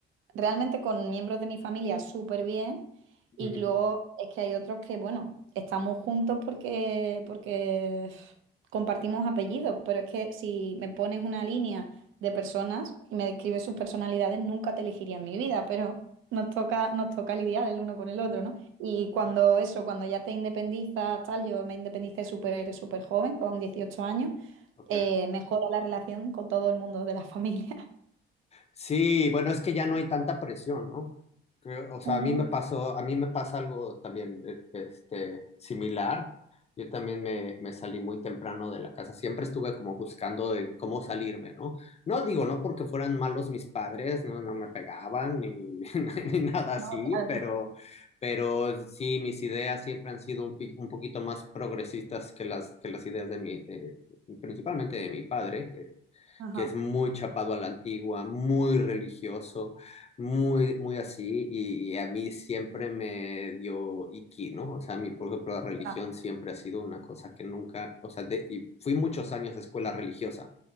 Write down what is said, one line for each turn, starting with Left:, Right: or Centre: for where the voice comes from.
Right: realmente con miembros de mi familia súper bien y
Left: ujú,
Right: luego es que hay otros que, bueno, estamos juntos porque, porque uf, compartimos apellidos, pero es que si me pones una línea de personas y me describes sus personalidades, nunca te elegiría en mi vida, pero nos toca, nos toca lidiar el uno con el otro, ¿no? Y cuando eso, cuando ya te independizas, tal, yo me independicé súper, súper joven, con 18 años,
Left: ok.
Right: eh, mejora la relación con todo el mundo de la familia. <laughs>
Left: Sí, bueno, es que ya no hay tanta presión, ¿no? Creo- o sea,
Right: Ujú.
Left: a mí me pasó, a mí me pasa algo también eh, este, similar. Yo también me, me salí muy temprano de la casa. Siempre estuve como buscando en cómo salirme, ¿no? No digo, no porque fueran malos mis padres, no, no me pegaban ni, <laughs> ni nada así,
Right: No, claro.
Left: pero,
Right: claro.
Left: pero sí, mis ideas siempre han sido un, pi- un poquito más progresistas que las, que las ideas de mi, de- principalmente de mi padre,
Right: Ajá.
Left: que es muy chapado a la antigua, muy religioso, muy, muy así, y, y a mí siempre me dio iki, ¿no? O sea, a mí, por ejemplo, la religión
Right: Ya,
Left: siempre ha sido una cosa que nunca, o sea, de- y fui muchos años a escuela religiosa.